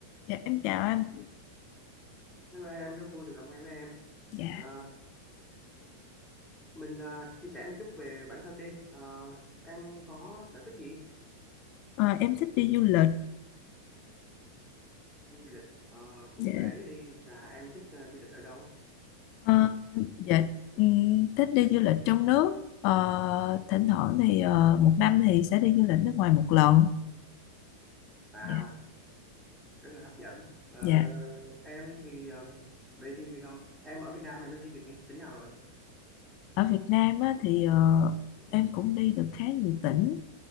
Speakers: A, on the left; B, in the centre.
A: Dạ em chào anh.
B: Hello em, rất vui được làm quen với em.
A: Dạ
B: À, mình à, chia sẻ một chút về bản thân đi. À, em có sở thích gì?
A: ờ, em thích đi du lịch.
B: Du lịch. À, cụ
A: Dạ,
B: thể đi là em thích à, du lịch ở đâu?
A: ờ, dạ ừm, thích đi du lịch trong nước. Ờ, thỉnh thoảng thì ờ, một năm thì sẽ đi du lịch nước ngoài một lần.
B: Wow,
A: Dạ
B: rất là hấp dẫn. Ờ,
A: dạ.
B: em thì à, vậy thì à, em ở Việt Nam em đã đi được những tỉnh nào rồi?
A: Ở Việt Nam á, thì ờ, em cũng đi được khá nhiều tỉnh.